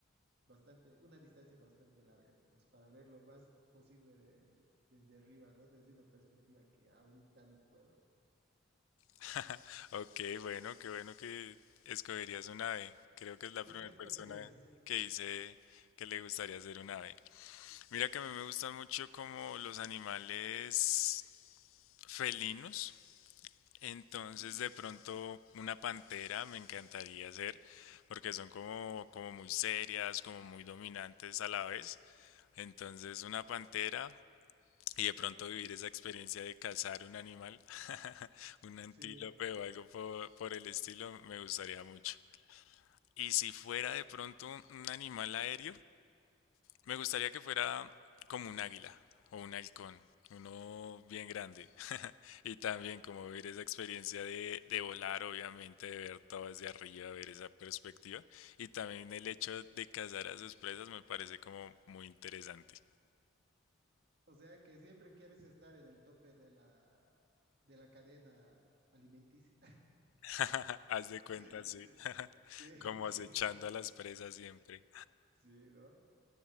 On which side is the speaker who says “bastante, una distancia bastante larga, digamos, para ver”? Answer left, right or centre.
Right